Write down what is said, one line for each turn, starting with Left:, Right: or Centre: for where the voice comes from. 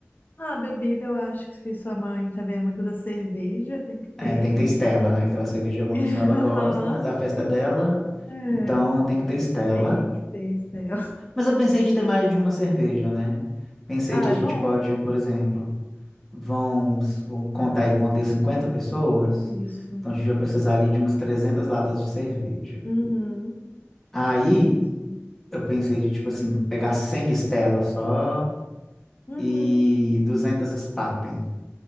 Left: Ah, bebida, eu acho que sua mãe também é muito da cerveja, tem que ter.
Centre: É, tem que ter Stella, né? Aquela cerveja ruim
Left: <laughs>
Centre: que só ela gosta, mas a festa é dela,
Left: É,
Centre: então tem que ter Stella.
Left: tem que ter, Estel.
Centre: Mas eu pensei de ter mais de uma cerveja, né? Pensei
Left: Ah,
Centre: que a
Left: é
Centre: gente
Left: bom.
Centre: pode, por exemplo, vão, vão contar aí que vão ter 50 pessoas,
Left: Isso.
Centre: então a gente vai precisar ali de umas 300 latas de cerveja.
Left: Uhum.
Centre: Aí
Left: Isso.
Centre: Eu pensei de, tipo assim, pegar 100 estelas só
Left: Uhum.
Centre: e 200 Spaten,